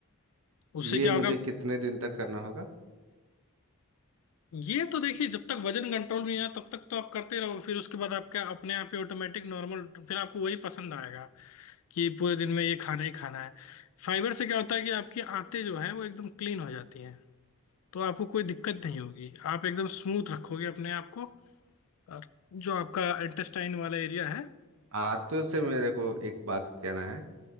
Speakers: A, on the left; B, on the right.
A: उससे
B: ये
A: क्या
B: मुझे
A: होगा
B: कितने दिन तक करना होगा
A: ये तो देखिए जब तक वजन कंट्रोल नहीं आया तब तक तो आप करते रहो फिर उसके बाद आपका अपने आप ही ऑटोमेटिक नॉर्मल फिर आपको वही पसंद आएगा कि पूरे दिन में ये खाना ही खाना है फाइबर से क्या होता है कि आपकी आंतें जो हैं वो एकदम क्लीन हो जाती हैं तो आपको कोई दिक्कत नहीं होगी आप एकदम स्मूथ रखोगे अपने आप को और जो आपका इंटेस्टाइन वाला एरिया है
B: आंतों से मेरे को एक बात कहना है